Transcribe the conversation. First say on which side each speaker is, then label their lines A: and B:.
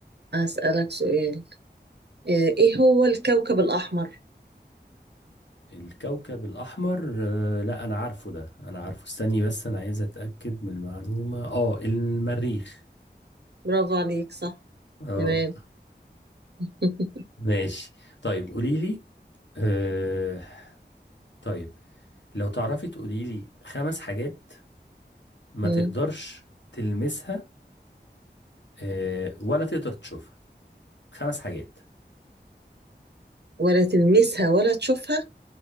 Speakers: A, on the right; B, on the left.
A: هسألك سؤال آه ايه هو الكوكب الاحمر
B: الكوكب الاحمر آه، لا انا عارفه ده انا عارفه استني بس انا عايز اتاكد من المعلومة اه المريخ
A: برافو عليك صح
B: اه
A: تمام
B: <laughs>
A: <laughs>
B: ماشي طيب قولي لي آه طيب لو تعرفي تقولي لي خمس حاجات ما
A: مم.
B: تقدرش تلمسها آه ولا تقدر تشوفها خمس حاجات
A: ولا تلمسها ولا تشوفها